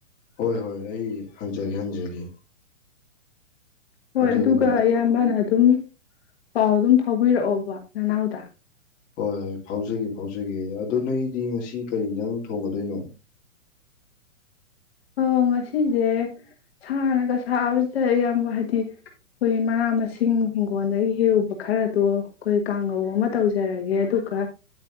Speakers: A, on the left; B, on the left.
A: ꯍꯣꯏ ꯍꯣꯏ ꯑꯩ ꯍꯪꯖꯒꯦ ꯍꯪꯖꯒꯦ
B: ꯍꯣꯏ
A: ꯑꯗꯨꯗꯨꯒ
B: ꯑꯗꯨꯒ ꯑꯌꯥꯝꯕꯅ ꯑꯗꯨꯝ ꯄꯥꯎ ꯑꯗꯨꯝ ꯐꯥꯎꯕꯤꯔꯛꯑꯣꯕ ꯅꯅꯥꯎꯗ
A: ꯍꯣꯏ ꯍꯣꯏ ꯐꯥꯎꯖꯒꯦ ꯐꯥꯎꯖꯒꯦ ꯑꯗꯣ ꯅꯣꯏꯗꯤ ꯉꯁꯤ ꯀꯔꯤꯗꯪ ꯊꯣꯡꯒꯗꯣꯏꯅꯣ
B: ꯑꯣ ꯉꯁꯤꯁꯦ ꯁꯅꯒ ꯁꯥꯕꯁꯤꯗ ꯑꯌꯥꯝꯕ ꯍꯥꯏꯗꯤ ꯑꯩꯈꯣꯏ ꯃꯅꯥ ꯃꯁꯤꯡ ꯍꯤꯡꯒꯣꯜꯗꯒꯤ ꯍꯦꯛꯎꯕ ꯈꯔꯗꯣ ꯑꯩꯈꯣꯏ ꯀꯥꯡꯍꯧ ꯑꯃ ꯇꯧꯖꯔꯒꯦ ꯑꯗꯨꯒ